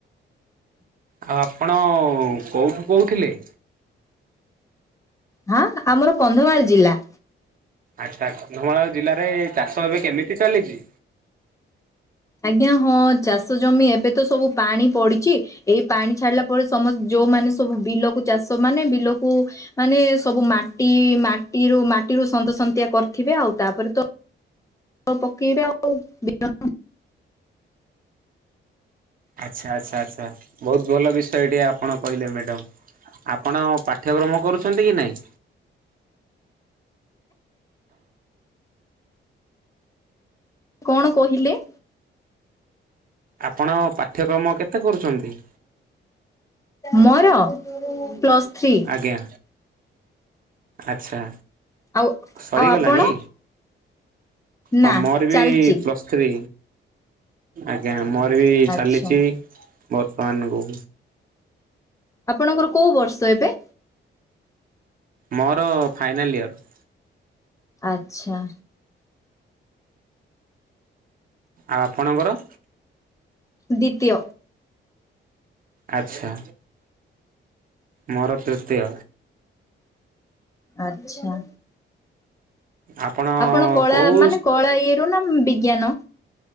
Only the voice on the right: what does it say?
ଆଉ ଆପଣ କୋଉଠୁ କହୁଥିଲେ?
ଆଚ୍ଛା କନ୍ଧମାଳ ଜିଲ୍ଲାରେ ଚାଷ ଏବେ କେମିତି ଚାଲିଛି?
ଆଚ୍ଛା ଆଚ୍ଛା ଆଚ୍ଛା ବହୁତ ଭଲ ବିଷୟ ଟେ ଆପଣ କହିଲେ ମ୍ୟାଡ଼ମ। ଆପଣ ପାଠ୍ୟକ୍ରମ କରୁଛନ୍ତି କି ନାହିଁ?
ଆପଣ ପାଠ୍ୟକ୍ରମ କେତେ କରୁଛନ୍ତି?
ଆଜ୍ଞା ଆଚ୍ଛା।
ସରିଗଲାଣି?
ହଁ ମୋର ବି
ପ୍ଲସ୍ ଥୀ ଆଜ୍ଞା ଆମର ବି
ଚାଲିଛି ବର୍ତ୍ତମାନ କୁ
ମୋର ଫାଇନାଲ୍ ଇୟର।
ଆ ଆପଣଙ୍କର?
ଆଚ୍ଛା ମୋର ତୃତୀୟ।
ଆପଣ
କୋଉ